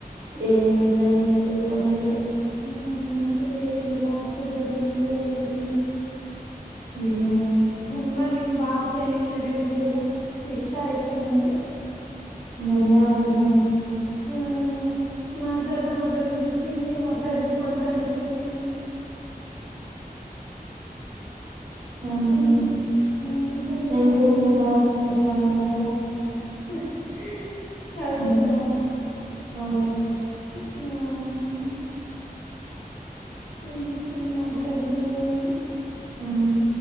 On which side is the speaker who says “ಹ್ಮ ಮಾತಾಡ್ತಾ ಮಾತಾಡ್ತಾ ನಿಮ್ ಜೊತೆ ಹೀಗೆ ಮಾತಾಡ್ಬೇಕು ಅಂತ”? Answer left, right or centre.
Left